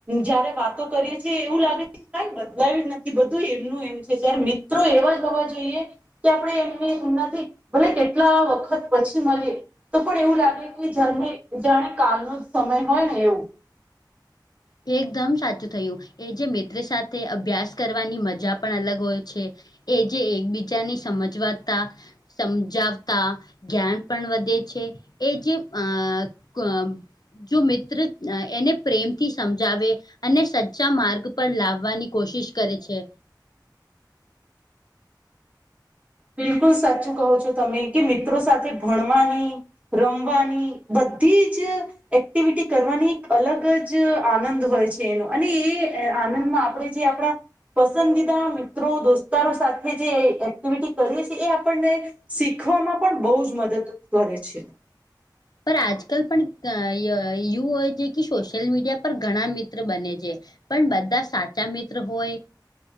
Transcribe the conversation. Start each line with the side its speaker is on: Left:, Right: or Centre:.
Right: જયારે વાતો કરીએ છીએ એવું લાગે છે કઈ બદલાયું જ નથી બધું એમનું એમ છે જયારે મિત્રો એવા જ હોવા જોઈએ કે આપણે એમનીમ નથી ભલે કેટલા વખત પછી મળીએ તો પણ એવું લાગે કે જાને જાણે કાલનો સમય હોય ને એવું.
Left: એકદમ સાચું થયું એ જે મિત્ર સાથે અભ્યાસ કરવાની મજા પણ અલગ હોય છે. એ જે એકબીજાને સમજવાતા સમજાવતા જ્ઞાન પણ વધે છે એ જે અ જો મિત્ર એને પ્રેમ થી સમજાવે અને સચ્ચા માર્ગ પર લાવવાની કોશિશ કરે છે
Right: બિલકુલ સાચું કહો છો તમે કે મિત્રો સાથે ભણવાની રમવાની બધી જ એક્ટિવિટી કરવાની એક અલગ જ આનંદ હોય છે એનો અને એ આનંદમાં આપણે આપણા પસંદીદા મિત્રો દોસ્તારો સાથે જે એક્ટિવિટી કરીએ છે એ આપણને શીખવામાં પણ બહુ જ મદદ કરે છે.
Left: પણ આજકાલ પણ એવું હોય છે કે સોશિયલ મીડિયા પર ઘણા મિત્ર બને છે. પણ બધા સાચા મિત્ર હોય